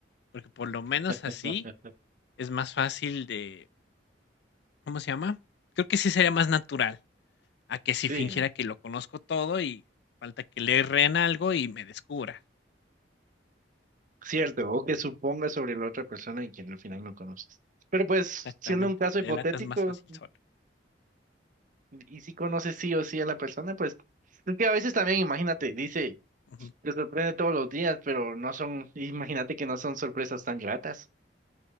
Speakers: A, on the left; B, on the right.
A: porque por lo menos así
B: <laughs>
A: es más fácil de, ¿cómo se llama? Creo que sí sería más natural. A que si
B: Sí,
A: fingiera que lo conozco todo y falta que le erren algo y me descubra.
B: cierto, o que supongas sobre la otra persona y que al final no conoces. Pero pues,
A: Exactamente,
B: siendo un caso
A: te
B: hipotético,
A: delatas más fácil solo.
B: Y si conoces sí o sí a la persona, pues es que a veces también, imagínate, dice,
A: Ujú.
B: te sorprende todos los días, pero no son, imagínate que no son sorpresas tan gratas.